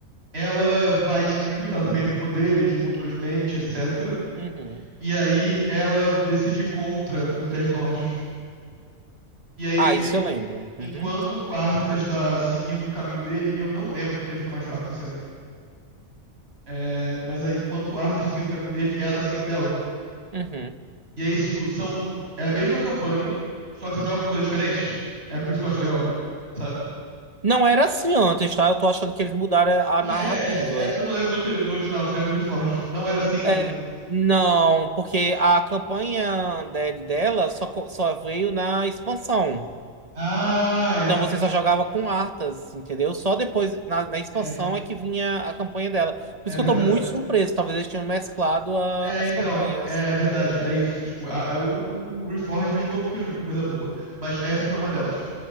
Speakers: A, on the right (about 45°); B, on the right (about 30°).
A: ela vai descobrindo que ela também tem poderes de controle de mente, etc.
B: Uhum.
A: E aí ela decide ir contra os Dez Lordes. E aí,
B: Ah,
A: tipo,
B: isso
A: en-
B: eu lembro.
A: enquanto
B: Uhum,
A: o Arthas está seguindo o caminho dele, eu não lembro porque ele fica mais fraco, sinceramente. É, mas aí, enquanto o Arthas está seguindo o caminho dele, ela tá seguindo dela.
B: uhum.
A: E aí, tipo, são... É a mesma campanha, só que você joga com coisas diferentes. É por isso que eu acho legal, sabe?
B: Não era assim antes, tá? Eu tô achando que eles mudaram a
A: Hum,
B: narrativa.
A: É, é, é porque eu não lembro do, do original, só lembro do Reforged. Não era assim no...
B: É,
A: no...
B: não, porque a campanha de- dela só, co- só veio na expansão.
A: Ah,
B: Então você só jogava com Arthas, entendeu? Só depois, na, na expansão,
A: é.
B: é que vinha a campanha dela. Por
A: É
B: isso
A: verdade.
B: que eu tô muito surpreso. Talvez eles tenham mesclado a-
A: É,
B: as
A: então,
B: campanhas.
A: é verdade, é isso. Tipo, a- é, o, o Reforged fez pouca coisa, bo- coisa boa, mas essa foi uma delas.